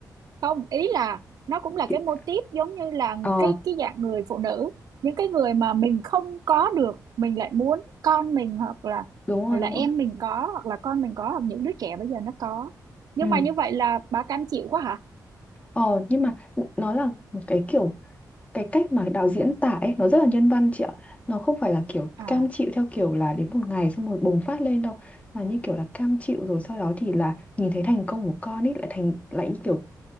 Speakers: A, on the right; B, on the left.
A: không ý là nó cũng là
B: chị...
A: cái mô típ giống như là một
B: Ờ,
A: cái cái dạng người phụ nữ những cái người mà mình không có được mình lại muốn con mình hoặc là
B: đúng rồi,
A: hoặc là
B: đúng
A: em
B: rồi.
A: mình có hoặc là con mình có hoặc những đứa trẻ bây giờ nó có nhưng
B: Ừ.
A: mà như vậy là bà cam chịu quá hả
B: Ờ, nhưng mà nó là một cái kiểu cái cách mà đạo diễn tả ấy nó rất là nhân văn chị ạ. Nó không phải là kiểu
A: à
B: cam chịu theo kiểu là đến một ngày xong rồi bùng phát lên đâu mà như kiểu là cam chịu rồi sau đó thì là nhìn thấy thành công của con ấy lại thành lại như kiểu